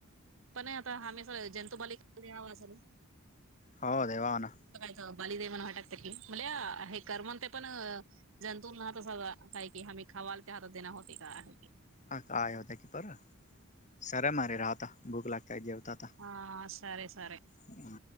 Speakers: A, on the right; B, on the left.
A: पण नाही आता हम्ही सर जंतुबालिकाव सर
B: हो देवा ना
A: कायचं बालीदेव म्हण वाटत म्हण हे कर म्ह ते पण जंतूंना तस काय कि हम्ही खवाल त्या हातात देणार होते का आहे
B: हा काय होता कीपर सर मर राहता भूक लागताय जेवता आता
A: हा सर सर
B: हम्